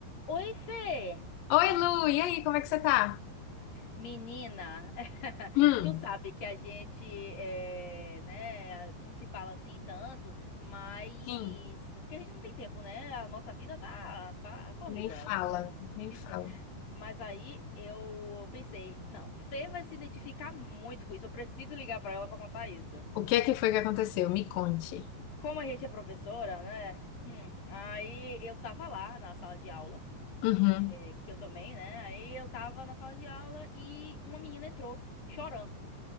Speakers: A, on the left (about 50°); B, on the left (about 75°).
A: Oi, Fê!
B: Oi, Lu, e aí, como é que você tá?
A: Menina, <laughs>
B: Hum,
A: tu sabe que a gente, é, né, não se fala assim tanto, mas...
B: Sim.
A: Porque a gente não tem tempo, né? A nossa vida tá, tá corrida.
B: nem fala, nem
A: <laughs>
B: fala.
A: Mas aí eu pensei, não, Fê vai se identificar muito com isso, eu preciso ligar pra ela pra contar isso.
B: O que é que foi que aconteceu? Me conte.
A: Como a gente é professora, né? hum, aí eu tava lá na sala de aula,
B: Uhum.
A: é, que eu também, né? Aí eu tava na sala de aula e uma menina entrou chorando.